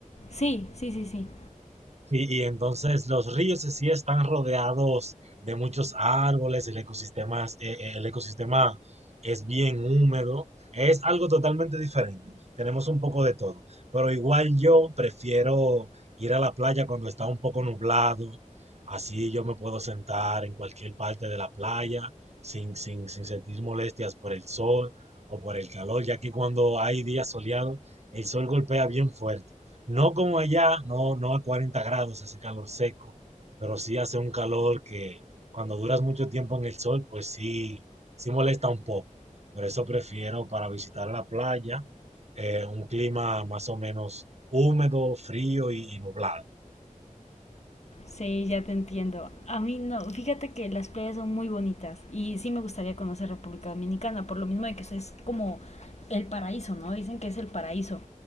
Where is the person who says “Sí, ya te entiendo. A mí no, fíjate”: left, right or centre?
Left